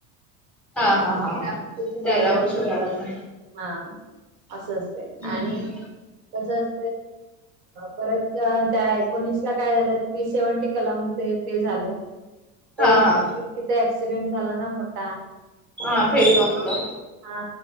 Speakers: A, in the centre; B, on the right.
A: हा
B: तेरा
A: हा हा हा
B: वर्षाची झाल्यास
A: तेरा वर्ष वय लागलं
B: हा असं असते
A: हम्म
B: आणि
A: हम्म
B: तसच परत <unintelligible> त्या एकोणीस ला काय झालं थ्री सेव्हन्टी कलम ते झालं परत
A: हा हा
B: तिथे ऍक्सिडेंट झाला. ना मोठा त्यामुळे
A: हा फेलगावमुळं
B: हा